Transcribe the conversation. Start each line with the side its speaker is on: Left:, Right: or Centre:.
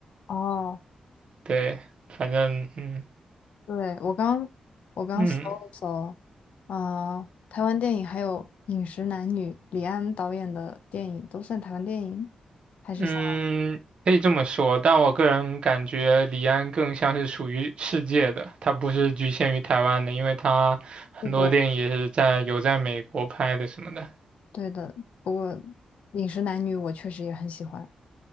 Left: 哦。
Right: 对，反正嗯。
Left: 对，我刚我刚搜了搜，
Right: 嗯
Left: 呃，台湾电影还有《饮食男女》，李安导演的电影都算台湾电影，还是香港？
Right: 嗯，可以这么说，但我个人感觉李安更像是属于世界的，他不是局限于台湾的，因为他很多电影也是在有在美国拍的什么的。
Left: 是的，对的。不过《饮食男女》我确实也很喜欢。